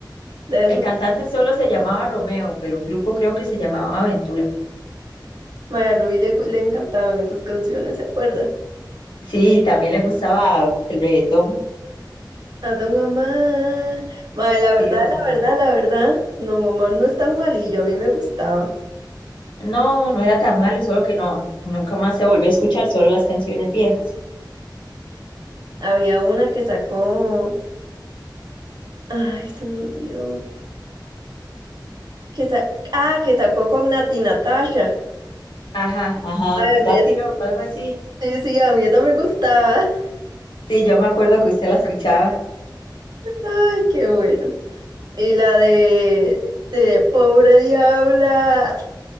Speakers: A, on the right; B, on the left.
A: de eso
B: El cantante
A: no. sé.
B: solo se llamaba Romeo, pero un grupo creo que se llamaba Aventura.
A: Mae, a Rubí le, le encantaban esas canciones, ¿se acuerda?
B: Sí, también le gustaba el reggaetón,
A: A Don Omar. Mae, la verdad,
B: sí, don
A: la
B: Omar.
A: verdad, la verdad, Don Omar no es tan malillo, a mí me gustaba.
B: No, no era tan malo, solo que no, nunca más se volvió a escuchar, solo las canciones viejas.
A: Había una que sacó. Ay, se me olvidó. Que sa- Ah, que sacó con Nati Natasha.
B: Ajá, ajá,
A: Mae,
B: Dátilo,
A: a mí esa-
B: algo así.
A: Sí, sí, a mí esa me gustaba. <laughs>
B: Sí, yo me acuerdo que usted la escuchaba.
A: Ay, qué bueno. Y la de, de Pobre Diabla.